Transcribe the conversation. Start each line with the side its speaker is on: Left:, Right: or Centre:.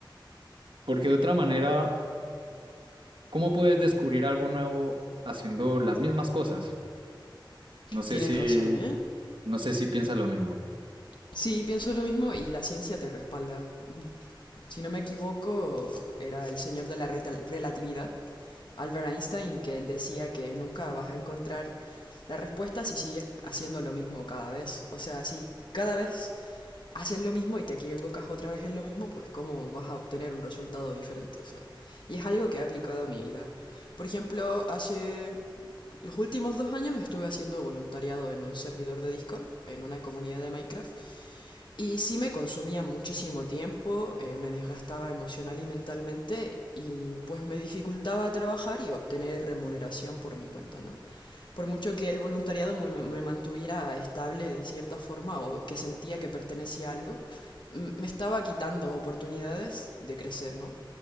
Right: porque de otra manera, ¿cómo puedes descubrir algo nuevo haciendo las mismas cosas? No sé
Left: Tienes
Right: si,
Left: razón, ¿eh?
Right: no sé si piensas lo mismo.
Left: Sí, pienso lo mismo y la ciencia te respalda. Mm, Si no me equivoco, era el señor de la retal- relatividad, Albert Einstein, que decía que nunca vas a encontrar la respuesta si sigues haciendo lo mismo cada vez. O sea, si cada vez haces lo mismo y te equivocas otra vez en lo mismo, pues cómo vas a obtener un resultado diferente. O sea, y es algo que he aplicado a mi vida. Por ejemplo, hace los últimos dos años estuve haciendo voluntariado en un servidor de Discord, en una comunidad de Minecraft, y sí me consumía muchísimo tiempo, eh, me desgastaba emocional y mentalmente y pues me dificultaba trabajar y obtener remuneración por mi cuenta, ¿no? Por mucho que el voluntariado me, me mantuviera estable de cierta forma o que sentía que pertenecía a algo, me estaba quitando oportunidades de crecer, ¿no?